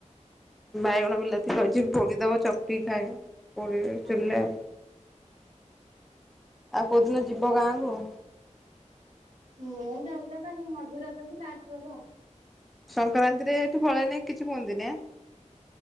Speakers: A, in the centre; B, on the right.
A: ବାଇଗଣ ବିଲାତି କହିଚି ପୋଡ଼ିଦବ, ଚକଟି ଖାଇବେ ପୋଡ଼ିଦେବି ଚୂଲିରେ
B: ହଁ
A: ଆଉ। ଆଉ କୋଉଦିନ ଯିବ ଗାଁକୁ?
B: ମୁଁ ଯାଉ ଯାଉ କା ମଝି ରଜ କି ଲାଷ୍ଟ ରଜ।
A: ସଂକ୍ରାନ୍ତିରେ ଏଠୁ ପଳେଇନେ କିଛି କୁହନ୍ତିନି ଏଁ?